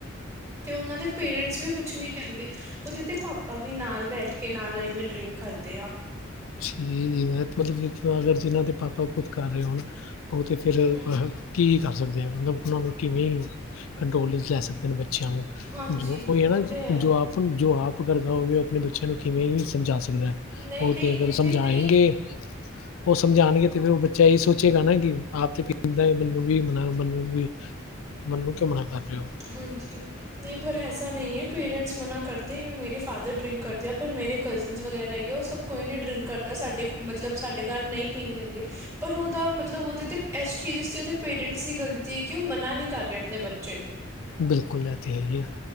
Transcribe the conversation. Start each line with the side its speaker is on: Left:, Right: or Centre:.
Right: ਤੇ ਉਹਨਾਂ ਦੇ ਪੇਰੈਂਟਸ ਵੀ ਕੁਛ ਨੀ ਕਹਿੰਦੇ ਉਹਦੇ ਤੇ ਪਾਪਾ ਵੀ ਨਾਲ ਬੈਠ ਕੇ ਨਾਲ ਲਵੇਂ ਡਰਿੰਕ ਕਰਦੇ ਆ
Left: ਠੀਕ ਹੈ ਮਤਲਬਖ ਅਗਰ ਜਿਨਾਂ ਦੇ ਪਾਪਾ ਖੁਦ ਕਰ ਰਹੇ ਹੋਣ ਉਹ ਤੇ ਫਿਰ
Right: ਹੂੰ
Left: ਕੀ ਕਰ ਸਕਦੇ ਆ ਮਤਲਬ ਉਹਨਾਂ ਨੂੰ ਕਿਵੇਂ ਕੰਟਰੋਲ ਵਿੱਚ ਲੈ ਸਕਦੇ ਨੇ ਬੱਚਿਆਂ ਨੂੰ
Right: ਹਾਂਜੀ
Left: ਜੋ ਉਹ ਹੈ ਨਾ
Right: ਤੇ ਹੈ
Left: ਜੋ ਆਪ ਜੋ ਆਪ ਕਰਦਾ ਹੋਵੇ ਉਹ ਆਪਣੇ ਬੱਚਿਆਂ ਨੂੰ ਕਿਵੇਂ ਹੀ ਸਮਝਾ ਸਕਦਾ
Right: ਨਹੀਂ, ਨਹੀਂ
Left: ਸਮਝਾਏਗੇ
Right: ਤੇ ਨਹੀਂ
Left: ਉਹ ਸਮਝਾਣਗੇ ਤੇ ਫੇਿਰ ਉਹ ਬੱਚਾ ਇਹੀ ਸੋਚੇਗਾ ਨਾ ਕਿ ਆਪ ਤੇ ਦਾ ਮੈਨੂੰ ਵੀ ਮਨਾ ਮੈਨੂੰ ਵੀ ਮੈਨੂੰ ਕਿਉਂ ਮਨਾ ਕਰ ਰਹੇ ਹੋ।
Right: ਹਾਂਜੀ। ਨਹੀਂ ਪਰ ਐਸਾ ਨਹੀਂ ਹੈ। ਪੇਰੈਂਟਸ ਮਨਾ ਕਰਦੇ ਮੇਰੇ ਫਾਦਰ ਡਰਿੰਕ ਕਰਦੇ ਪਰ ਮੇਰੇ ਕਜ਼ਨਸ ਵਗੈਰਾ ਆਈ ਹੈ ਉਹ ਸਭ ਕੋਈ ਨੀ ਡਰਿੰਕ ਕਰਦਾ। ਸਾਡੇ ਮਤਲਬ ਸਾਡੇ ਘਰ ਨਹੀਂ ਪੀਣ ਦਿੰਦੇ। ਪਰ ਉਹਦਾ ਮਤਲਬ ਉਹਦੇ ਤੇ ਇਸ ਚੀਜ਼ ਇਸ ਤੇ ਉਹਦੇ ਪੇਰੈਂਟਸ ਦੀ ਗਲਤੀ ਹੈ ਕਿ ਉਹ ਮਨਾ ਨਹੀਂ ਕਰ ਰਹੇ ਆਪਣੇ ਬੱਚੇ ਨੂੰ
Left: ਬਿਲਕੁਲ ਲੈ ਤੇ ਹੈ ਹੀ ਆ